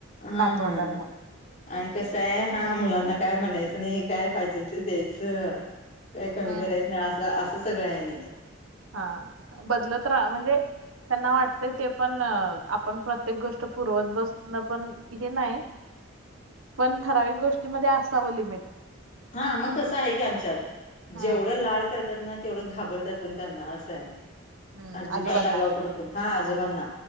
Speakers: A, on the left; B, on the right.
A: हा
B: नातवंडामुळं
A: हा आणि कसंय... हा, मुलांना काय म्हणायचं नाई... काय पाहिजेल ते द्यायचं काय कमी
B: हम्म
A: करायचं नाही असं असं सगळं आहेनी.
B: हा बदलत राहा म्हणजे त्यांना वाटतय ते पण आपण प्रत्येक गोष्ट पर्वत बसन पण हे नाही पण ठराविक गोष्टीमध्ये असावं लिमिट.
A: हा मग तसं आहे की आमच्यात
B: हम्म
A: जेवढं लाड करत्यात ना तेवढं घाबरतात पण त्यांना असंय
B: हम्म
A: अजिबात
B: आजोबांना
A: आगाव पण करून हा आजोबांना.